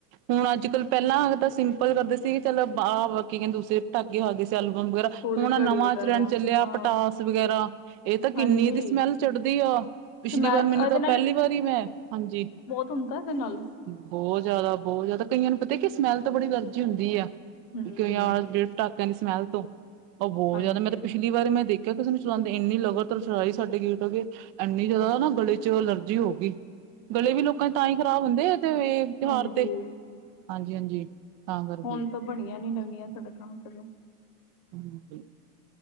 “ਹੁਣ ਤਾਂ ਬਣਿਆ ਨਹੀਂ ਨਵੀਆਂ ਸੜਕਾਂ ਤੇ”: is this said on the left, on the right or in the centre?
Left